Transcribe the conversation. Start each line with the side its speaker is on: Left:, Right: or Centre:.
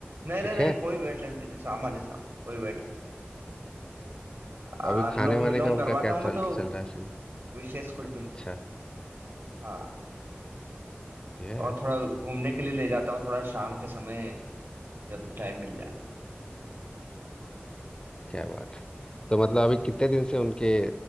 Right: नहीं
Left: ठीक
Right: नहीं नहीं
Left: है
Right: कोई वेट लिफ्ट नहीं सामान्य सामान्य कोई वेट लिफ्ट अनुलोम
Left: अभी खाने वाने
Right: विलोम
Left: का
Right: करवाता
Left: उनका क्या
Right: हूँ मैं
Left: चल
Right: तो
Left: चल रहा है सीन
Right: विशेष कुछ भी
Left: अच्छा
Right: नहीं हाँ
Left: ये
Right: और
Left: यार
Right: थोड़ा घूमने के लिए ले जाता हूँ थोड़ा शाम के समय जब टाइम मिल जाए
Left: क्या बात है तो मतलब अभी कितने दिन से उनके